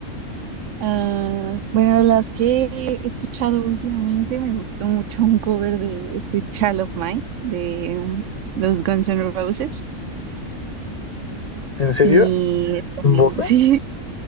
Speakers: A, on the right; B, on the left.
A: Ah, bueno, de las que he escuchado últimamente me gustó mucho un cover de Sweet Child of Mine de um, los Guns N' Roses
B: ¿En serio?
A: y <laughs> también-
B: ¿Bosa?
A: sí,